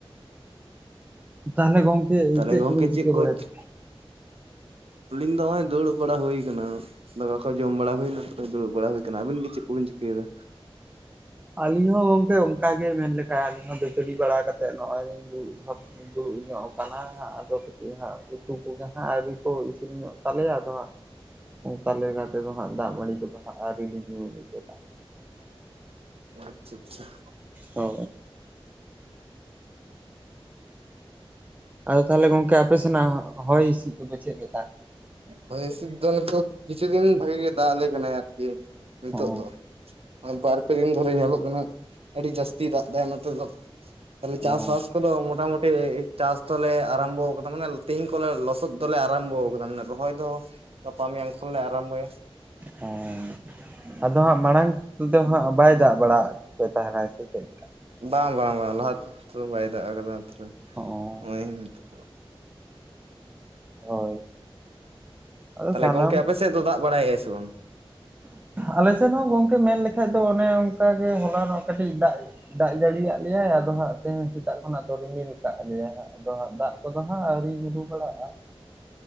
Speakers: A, on the right; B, on the right.
A: ᱛᱟᱦᱚᱞᱮ ᱜᱚᱝᱠᱮ,
B: ᱛᱟᱦᱚᱞᱮ
A: ᱪᱮᱫ
B: ᱜᱚᱝᱠᱮ
A: ᱠᱚᱵᱤᱱ ᱪᱤᱠᱟᱹ
B: ᱠᱚ
A: ᱵᱟᱲᱟᱭᱟ?
B: ᱟᱹᱞᱤᱧ ᱫᱚ ᱱᱚᱜᱼᱚᱭ ᱫᱩᱲᱩᱵ ᱵᱟᱲᱟ ᱦᱩᱭ ᱟᱠᱟᱱᱟ ᱾ ᱫᱟᱠᱟ ᱠᱚ ᱡᱚᱢ ᱵᱟᱲᱟ ᱦᱩᱭᱱᱟ᱾ ᱫᱩᱲᱩᱵ ᱵᱟᱲᱟ ᱦᱩᱭ ᱟᱠᱟᱱᱟ᱾ ᱟᱵᱤᱱ ᱜᱮ ᱪᱮᱫ ᱠᱚᱵᱤᱱ ᱪᱤᱠᱟᱹᱭᱮᱫᱟ?
A: ᱟᱹᱞᱤᱧ ᱦᱚᱸ ᱜᱚᱝᱠᱮ ᱚᱱᱠᱟᱮ ᱢᱮᱱ ᱞᱮᱠᱷᱟ᱾ ᱟᱹᱞᱤᱧ ᱦᱚᱸ ᱫᱟᱹᱛᱟᱹᱲᱤ ᱵᱟᱲᱟ ᱠᱟᱛᱮᱫ, ᱱᱚᱜᱼᱚᱭ ᱞᱤᱧ ᱫᱩᱲᱩᱵ ᱫᱩᱲᱩ ᱧᱚᱜ ᱟᱠᱟᱱᱟ᱾ ᱟᱫᱚ ᱠᱟᱹᱴᱤᱡ ᱦᱟᱸᱜ ᱩᱛᱩ ᱠᱚᱜᱮ ᱦᱟᱸ ᱟᱹᱣᱨᱤ ᱠᱚ, ᱤᱥᱤᱱ ᱧᱚᱜ ᱛᱟᱞᱮᱭᱼᱟ ᱾ ᱟᱫᱚ ᱦᱟᱸᱜ ᱚᱱᱠᱟ ᱞᱮᱠᱟᱛᱮᱫᱚ ᱦᱟᱸᱜ, ᱫᱟᱜ ᱢᱟᱹᱲᱤ ᱠᱚᱼᱫᱚ ᱦᱟᱸᱜ ᱟᱨᱤᱞᱤ ᱧᱩ ᱜᱚᱫᱟ ᱾
B: ᱟᱪᱪᱷᱟ - ᱟᱪᱪᱷᱟ ᱾
A: ᱚ ᱟᱫᱚ ᱛᱟᱦᱚᱞᱮ ᱜᱚᱝᱠᱮ ᱟᱯᱮ ᱥᱮᱱᱟ-ᱜ ᱦᱚᱭ ᱦᱤᱸᱤᱥᱤᱫ, ᱠᱚᱼᱫᱚ ᱪᱮᱫ ᱞᱮᱠᱟ?
B: ᱦᱚᱭ ᱦᱤᱸᱥᱤᱫ ᱫᱚ, ᱱᱤᱛᱚᱜ ᱠᱤᱪᱷᱩ ᱫᱤᱱ ᱵᱷᱟᱜᱤ ᱜᱮ, ᱫᱟᱜ ᱟᱞᱮ ᱠᱟᱱᱟᱭ ᱟᱨᱠᱤ ᱱᱤᱛᱚᱜ
A: ᱚ
B: ᱫᱚ ᱾ ᱵᱟᱨ ᱯᱮ ᱫᱤᱱ ᱫᱷᱽᱚᱨᱮ ᱧᱮᱞᱚᱜ ᱠᱟᱱᱟ᱾ ᱟᱹᱰᱤ ᱡᱟᱹᱥᱛᱤ ᱫᱟᱜ ᱮ ᱱᱚᱛᱮ ᱫᱚ᱾ ᱛᱟᱦᱞᱮ ᱪᱟᱥᱵᱟᱥ
A: ᱚ
B: ᱠᱚᱼᱫᱚ ᱢᱚᱴ ᱢᱩᱩᱴᱤ ᱪᱟᱥ ᱫᱚᱞᱮ ᱟᱨᱟᱢᱵᱚ ᱟᱠᱟᱫᱟ ᱾ ᱢᱟᱱᱮ ᱛᱮᱤᱦᱤᱧ ᱠᱚᱞᱮ ᱞᱚᱥᱚᱫ ᱫᱚᱞᱮ ᱟᱨᱟᱢᱵᱚ ᱟᱠᱟᱫᱟ᱾ ᱢᱟᱱᱮ ᱨᱚᱦᱚᱭ ᱫᱚ, ᱜᱟᱯᱟ ᱢᱮᱭᱟᱝ ᱠᱷᱚᱱ ᱞᱮ, ᱟᱨᱟᱢᱜᱚᱭᱼᱟ ᱾
A: ᱚᱸ ᱟᱫᱚ ᱦᱟᱸᱜ, ᱢᱟᱲᱟᱝ ᱛᱮᱫᱚ ᱦᱟᱸᱜ, ᱵᱟᱭ ᱫᱟᱜ ᱵᱟᱲᱟᱜᱯᱮ ᱛᱟᱦᱮᱱᱟ ᱥᱮ, ᱪᱮᱫᱞᱮᱠᱟ?
B: ᱵᱟᱝ, ᱵᱟᱝ, ᱵᱟᱝ ᱞᱟᱦᱟ ᱛᱚ ᱵᱟᱭ ᱫᱟᱜ ᱠᱟᱫᱟ᱾ ᱛᱚᱨᱮ
A: ᱚ
B: ᱱᱚᱜᱚᱭᱛ ᱾
A: ᱦᱳᱭ ᱟᱫᱚ
B: ᱛᱟᱦᱚᱞᱮ
A: ᱥᱟᱱᱟᱢ
B: ᱜᱚᱝᱠᱮ ᱟᱯᱮ ᱥᱮᱫ ᱫᱚ, ᱫᱟᱜ ᱵᱟᱲᱟ ᱭᱮᱜᱼᱟᱭ ᱥᱮ ᱵᱟᱝ?
A: ᱟᱞᱮᱥᱮᱫ ᱦᱚᱸ ᱜᱚᱝᱠᱮ, ᱢᱮᱱ ᱞᱮᱠᱷᱟᱡ ᱫᱚ, ᱚᱱᱮ ᱚᱱᱠᱟ ᱜᱮ ᱦᱚᱞᱟᱱᱚᱼᱜ ᱠᱟᱹᱴᱤᱡ ᱫᱟᱜ ᱫᱟᱜ ᱡᱟᱹᱲᱤᱭᱟᱜ ᱞᱮᱭᱟᱭ, ᱟᱫᱚ ᱦᱟᱸᱜ ᱛᱮᱦᱮᱧ ᱥᱮᱛᱟᱜ ᱠᱷᱚᱱᱟᱜ ᱫᱚ ᱨᱤᱢᱤᱞ ᱟᱠᱟᱜ ᱞᱮᱭᱟᱭ ᱦᱟᱸᱜᱼᱼ ᱟᱫᱚ ᱦᱟᱸᱜ ᱫᱟᱜ ᱠᱚᱫᱚ ᱦᱟᱸᱜ ᱟᱹᱣᱨᱤ ᱧᱩᱨᱩᱜ ᱵᱟᱲᱟᱜᱼᱟ ᱾